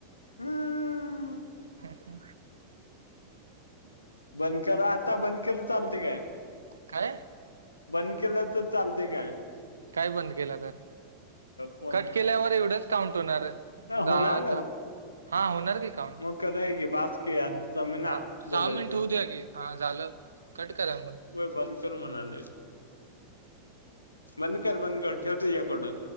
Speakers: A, on the left (about 80°); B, on the right (about 70°).
A: हम्म
B: ह हा
A: बंद करा आता बंद केल तर चालते काय
B: काय
A: बंद केल तर चालते काय
B: काय बंद केल तर
A: फोन
B: कट केल्यावर एवढच काउंट होणार दहा
A: होणार
B: आता हा होणार की काउंट
A: खरं आहे की बासकी यात
B: हां,
A: जमे ना
B: हां,
A: बोलायच
B: मिनिट होऊ द्या की. हां, झालं. कट
A: होय
B: करा मग.
A: बंद कर म्हणाले बंद कर बंद कर ठेव तुझ्याकडन